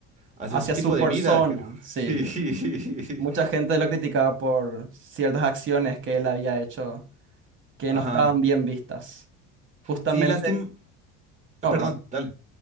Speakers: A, on the right; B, on the right.
A: hacia
B: hacia
A: su tipo
B: su persona,
A: de vida, creo. <laughs>
B: sí.
A: Sí.
B: Mucha gente lo criticaba por ciertas acciones que él había hecho que
A: Ajá.
B: no estaban bien vistas. Justamente,
A: Sí, lástima.
B: no,
A: Perdón,
B: perdón.
A: dale.